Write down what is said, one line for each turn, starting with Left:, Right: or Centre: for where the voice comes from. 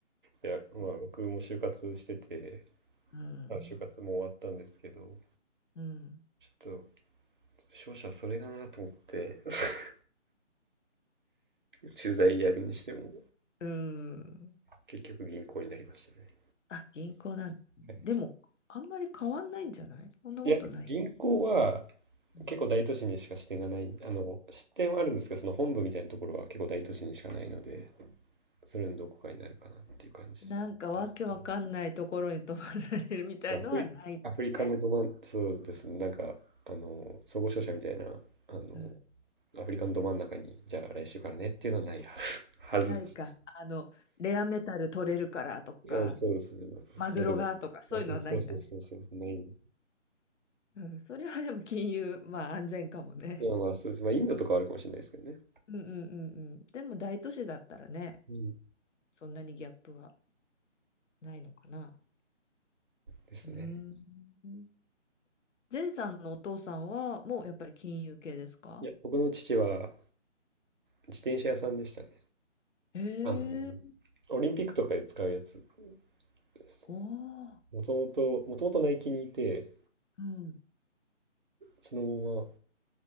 Right: いや、まあ、
Left: そう
Right: 僕も就活してて、
Left: うん。
Right: あ、就活も終わったんですけど、
Left: うん。
Right: ちょっと、商社それだなと思って、<laughs> 駐在やるにしても、
Left: うん。
Right: 結局銀行になりましたね。
Left: あ、銀行なんだでも、
Right: はい。
Left: あんまり変わんないんじゃないそんなことない。
Right: いや、銀行は
Left: うん
Right: 結構大都市にしか支店がない、あの、支店はあるんですけど、その本部みたいなところは結構大都市にしかないので、それのどこかになるかなっていう感じ
Left: なんかわけわかんないところに飛ばされるみたいのはないですね。
Right: ですね。そう、アフリ、アフリカのど真ん、そうですね、なんか、あの、総合商社みたいな、あの、
Left: うん。
Right: アフリカのど真ん中に、じゃあ来週からねっていうのはないはず。
Left: ないか。
Right: <laughs>
Left: あの、レアメタル取れるからとか、
Right: はずあ、そうです。いやでも、
Left: マグロがとか、そういうのはないんだね。
Right: まあそうそうそうそうそう、ない。い
Left: うん、それはでも金融、まあ安全かもね。
Right: や、まあそうです。
Left: <laughs>
Right: まあ、インドとかはあるかもしれないですけどね。
Left: うんうんうんうん。でも大都市だったらね、
Right: うん。
Left: そんなにギャップはないのかな。
Right: ですね。
Left: うーん。前さんのお父さんはもうやっぱり金融系ですか
Right: いや、僕の父は自転車屋さんでしたね。
Left: へえ、
Right: あの、オリンピックとかで使うやつです。
Left: おお、
Right: もともと、もともとナイキにいて、
Left: うん。
Right: そのま